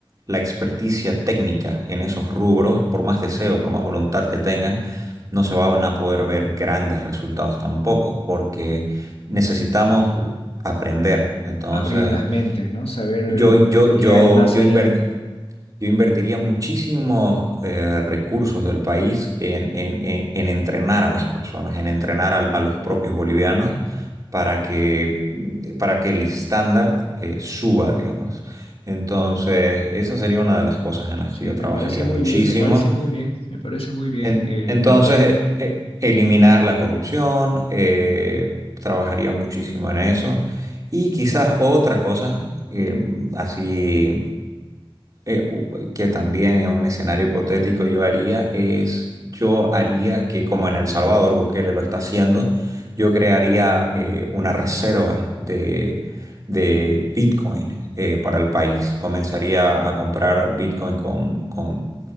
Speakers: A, on the right; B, on the left.
A: la experticia técnica en esos rubros, por más deseo, por más voluntad que tengan, no se van a poder ver grandes resultados tampoco, porque necesitamos aprender. Entonces,
B: Abrir las mentes, ¿no? Saber
A: yo, yo, yo,
B: qué hay más
A: yo
B: allá.
A: invertí. Yo invertiría muchísimos eh, recursos del país en, en- en- en entrenar a las personas, en entrenar a, a los propios bolivianos para que, para que el estándar eh, suba, digamos. Entonces, esa sería una de las cosas en las
B: Sí,
A: que yo
B: me
A: trabajaría
B: parece muy
A: muchísimo.
B: bien, me parece muy bien, me parece muy bien,
A: En-
B: eh,
A: entonces,
B: Juan Carlos.
A: eh, eh, eliminar la corrupción, eh, trabajaría muchísimo en eso. Y quizás otra cosa, eh, así eh, u- que también en un escenario hipotético yo haría es, yo haría que como en El Salvador Bukele lo está haciendo, yo crearía eh, una reserva de, de Bitcoin eh, para el país. Comenzaría a comprar Bitcoin con, con